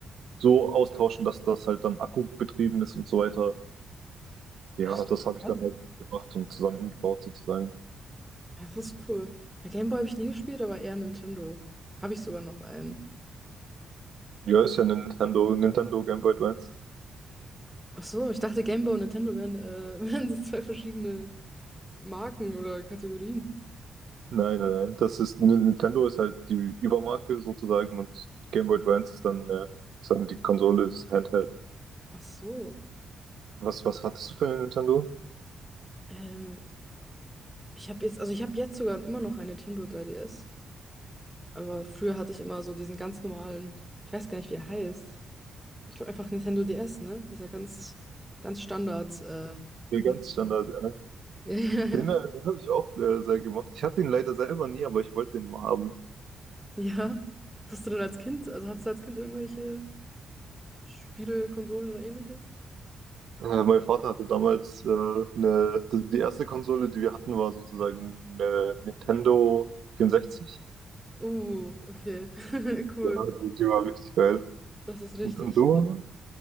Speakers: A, on the right (about 70°); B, in the centre.
A: so austauschen, dass das halt dann Akku betrieben ist und so weiter. Ja,
B: Ach so,
A: das habe
B: krass.
A: ich dann halt gemacht und zusammengebaut sozusagen.
B: Ja, Das ist cool. Ja, Gameboy habe ich nie gespielt, aber eher Nintendo. Habe ich sogar noch einen.
A: Ja, ist ja eine Nintendo, Nintendo Game Boy Advance.
B: Ach so, ich dachte Gameboy und Nintendo wären, äh, <laughs> wären so zwei verschiedene Marken oder Kategorien.
A: Nein, nein, nein. Das ist, Nintendo ist halt die Übermarke sozusagen und die Game Boy Advance ist dann, äh, ist dann die Konsole, das Handheld.
B: Ach so.
A: Was, was hattest du für eine Nintendo?
B: Ähm, ich habe jetzt, also ich habe jetzt sogar immer noch ein Nintendo 3DS. Aber früher hatte ich immer so diesen ganz normalen, ich weiß gar nicht, wie er heißt. Ich glaube einfach Nintendo DS, ne? Dieser ganz, ganz Standard, äh,
A: Ja, ganz
B: Nintendo.
A: Standard,
B: <laughs>
A: ja.
B: Ja, ja, ja.
A: Den, äh, den habe ich auch äh, sehr gemocht. Ich hatte ihn leider selber nie, aber ich wollte den immer haben.
B: Ja. Was hast du denn als Kind? Also hattest du als Kind irgendwelche Spiele, Konsolen oder ähnliches?
A: Äh, mein Vater hatte damals äh, eine, das, die erste Konsole, die wir hatten, war sozusagen eine Nintendo 64.
B: Uh, okay. <laughs> Cool.
A: Ja, die die war richtig geil.
B: Das ist richtig.
A: Und, und du?